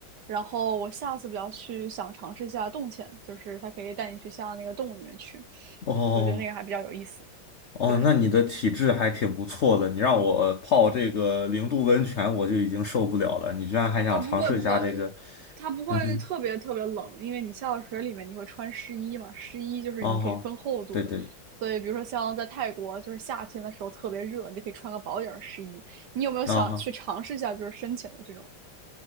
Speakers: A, on the right; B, on the left.
A: 然后我下次比较去想尝试一下洞潜，就是它可以带你去下到那个洞里面去，
B: 哦
A: 我觉得那个还比较有意思。
B: 哦，
A: 对，
B: 那你的体质还挺不错的。你让我泡这个零度温泉，我就已经受不了了。你居然还想尝试一下这个？
A: 哦，不会不会，它不会特别特别冷，
B: 嗯哼，
A: 因为你下到水里面你会穿湿衣嘛，湿衣就是你可以分厚度的，
B: 啊哦，对对，
A: 所以比如说像在泰国，就是夏天的时候特别热，你就可以穿个薄点儿湿衣。你有没有想去尝试一下就是深潜的这种？
B: 啊哈、